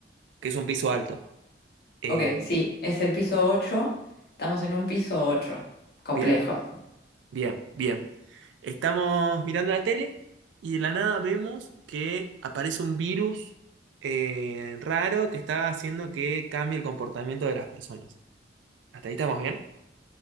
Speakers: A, on the right (about 80°); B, on the left (about 60°).
A: que es un piso alto. Eh,
B: Ok, sí, es el piso 8. Estamos en un piso 8, Complejo.
A: bien, bien, bien. Estamos mirando la tele y de la nada vemos que aparece un virus eh, raro que está haciendo que cambie el comportamiento de las personas. ¿Hasta ahí estamos bien?